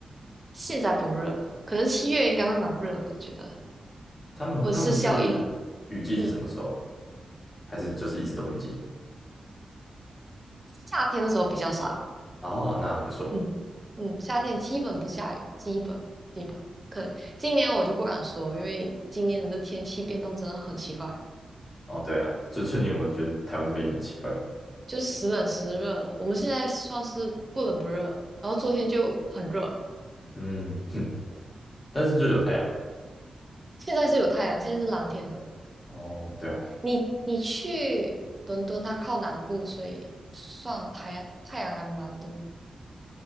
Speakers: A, on the right (about 20°); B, on the left (about 35°).
A: 现在不热，可能七月应该会蛮热的，我觉得
B: 他们他们是雨季是什么时候啊
A: 温室效应，嗯，
B: 还是就是一直都雨季？
A: 夏天的时候比较少，
B: 哦，那还不错。
A: 嗯嗯，夏天基本不下雨，基本基本，可能今年我就不敢说，因为今年的天气变动真的很奇怪，
B: 哦，对啊，就最近我觉得台湾这边也很奇怪，
A: 就时冷时热的，我们现在算是不冷不热，然后昨天就很热，
B: 嗯，哼，但是就有太阳嘛。
A: 现在是有太阳，现在是蓝天的。
B: 哦，对啊，
A: 你你去伦敦，它靠南部，所以算太阳太阳还蛮多。